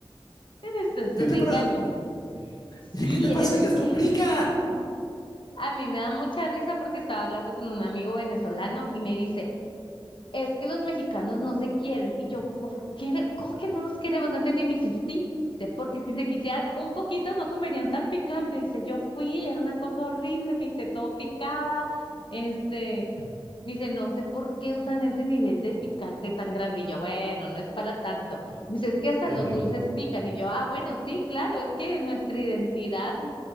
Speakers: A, on the left (about 60°); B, on the left (about 40°).
A: esto es
B: ¿qué
A: un
B: te
A: engaño.
B: pasa?
A: Sí,
B: ¿Y qué te pasó?
A: es
B: Y que esto
A: que
B: pica.
A: a mí me da mucha risa porque estaba hablando con un amigo venezolano y me dice, es que los mexicanos no se quieren. Y yo, ¿por qué? no- ¿Cómo que no nos queremos? No entendí. Y Me dice, sí, Dice, porque si se quisieran un poquito no comerían tan picante. Dice, yo fui y era una cosa horrible. Me dice, todo picaba. Este, me dice, no sé por qué usan ese nivel de picante tan grande. Y yo, bueno, no es para tanto. Me dice, es que hasta los
B: <laughs>
A: dulces pican. Y yo, ah, bueno, sí, claro, es que nuestra identidad